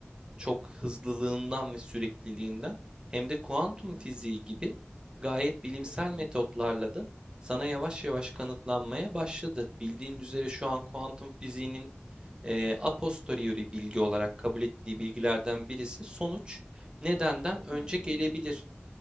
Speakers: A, on the right; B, on the left.
A: çok hızlılığından ve sürekliliğinden hem de kuantum
B: Hı
A: fiziği
B: hı.
A: gibi gayet bilimsel
B: Hı
A: metotlarla
B: hı.
A: da sana yavaş yavaş kanıtlanmaya başladı. Bildiğin üzere şu an kuantum fiziğinin eee a posteriori bilgi olarak kabul ettiği bilgilerden birisi sonuç nedenden önce
B: Hı hı.
A: gelebilir.